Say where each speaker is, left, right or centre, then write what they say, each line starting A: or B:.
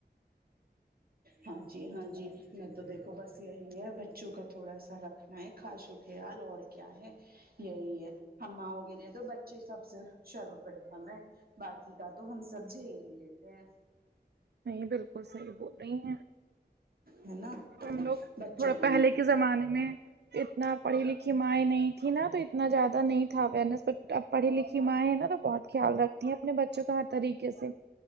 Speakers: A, on the right (about 60°); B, on the right (about 75°).
A: ہاں جی ہاں جی میں تو دیکھو بس یہی ہے بچوں کا تھوڑا سا رکھنا ہے خاص و خیال اور کیا ہے یہی ہے ہماؤ لی تو بچے سب سے سرو پرتم ہے باتی کا تو ہم سب جھیل ہی لیتے ہیں
B: نہیں بالکل صحیح بول رہی ہیں
A: ہے نا
B: ہم لوگ
A: بچوں
B: تھوڑا
A: کو
B: پہلے
A: نہیں
B: کے زمانے میں اتنا پڑھی لکھی مائ نہیں تھی نا تو اتنا زیادہ نہیں تھا اوئرنیس پر اب پڑھی لکھی مائیں ہے نا تو بہت خیال رکھتی ہیں اپنے بچوں کا ہر طریقے سے